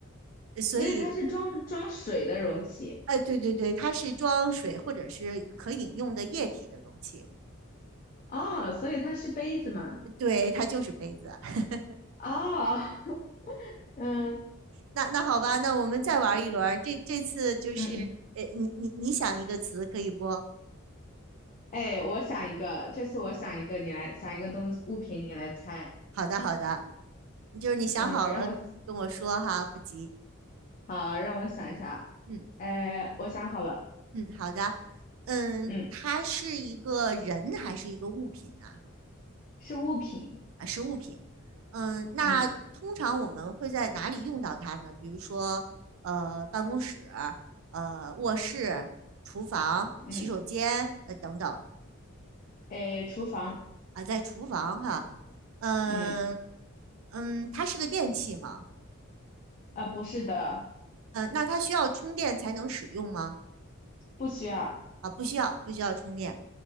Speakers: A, on the right; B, on the left.
A: 呃所以，
B: 所以它是装装水的容器。
A: 哎，对对对，它是装水或者是可饮用的液体的容器，
B: 哦，所以它是杯子嘛？
A: 对，它就是杯子。<laughs>
B: 哦，<laughs> 嗯，
A: 那那好吧，那我们再玩一轮儿，这这次就是，
B: 嗯嗯，
A: 呃，你你你想一个词可以不？
B: 哎，我想一个，这次我想一个，你来想一个东西物品，你来猜。
A: 好的好的，你就是你想好了跟我说哈，
B: 嗯，让我
A: 不急。
B: 好，让我想一下。
A: 嗯
B: 哎，我想好了，
A: 嗯，好的。嗯，
B: 嗯
A: 它是一个人还是一个物品呢？
B: 是物品。
A: 啊，是物品。嗯，那通常我们会在哪里用到它呢？
B: 嗯
A: 比如说，呃，办公室、呃，卧室、厨房、
B: 嗯
A: 洗手间，呃，等等
B: 哎，厨房。
A: 啊，在厨房哈，嗯
B: 嗯，
A: 嗯，它是个电器吗？
B: 啊，不是的，
A: 呃，那它需要充电才能使用吗？
B: 不需要。
A: 啊，不需要，不需要充电。